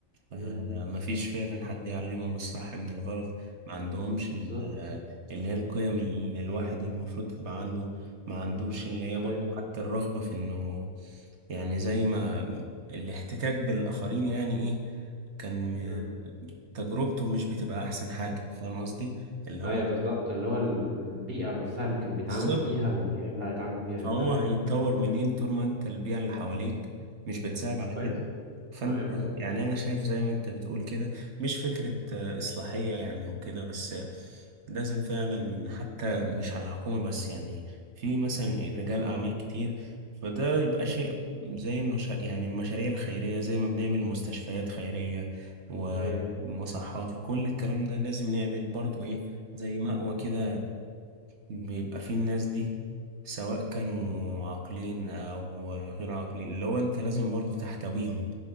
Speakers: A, on the right (about 45°); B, on the right (about 60°).
A: مم.
B: آه، مفيش فعلا حد يعلمهم الصح من الغلط ما عندهمش
A: بالظبط
B: ال- آه، اللي هي القيم اللي الواحد المفروض تبقى عنده ما عندوش اللي هي
A: ايوه
B: برضه حتى الرغبة في انه يعني زي ما الاحتكاك بالآخرين يعني ايه كان
A: مم.
B: آه، تجربته مش بتبقى احسن حاجة فاهم قصدي اللي
A: ايوه
B: هو
A: بالظبط اللي هو البيئة نفسها اللي كان بيتعامل
B: بالظبط
A: فيها والبيئة اللي هيتعامل فيها
B: فهو
A: فاهم
B: هيتطور منين طول ما انت البيئة اللي حواليك مش بتساعد
A: مش
B: على
A: كويس
B: كده فانت
A: ايوه بالظبط
B: يعني انا شايف زي ما انت بتقول كده مش فكرة آه، اصلاحية يعني وكده بس آه، لازم فعلا
A: مم.
B: حتى مش على الحكومة بس يعني في مثلا رجال اعمال
A: مم.
B: كتير فده يبقى شيء زي المشا... يعني المشاريع الخيرية زي ما بنعمل مستشفيات خيرية ومصحات
A: ايوه
B: وكل الكلام ده لازم نعمل برضو ايه زي مأوى كده بيبقى فيه الناس دي سواء كانوا عاقلين أو غير عاقلين اللي هو أنت لازم برضو تحتويهم